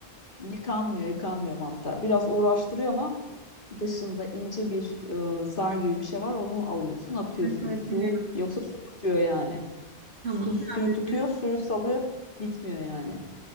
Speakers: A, on the left (about 55°); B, on the right (about 85°).
A: Yıkanmıyor, yıkanmıyor mantar. Biraz uğraştırıyor ama dışında ince bir e, zar gibi bir şey var. Onu alıyorsun, atıyorsun.
B: Evet, evet
A: Su
B: biliyorum.
A: yoksa su tutuyor yani.
B: Tamam.
A: Su, suyu
B: Sadece.
A: tutuyor, suyu salıyor, bitmiyor yani.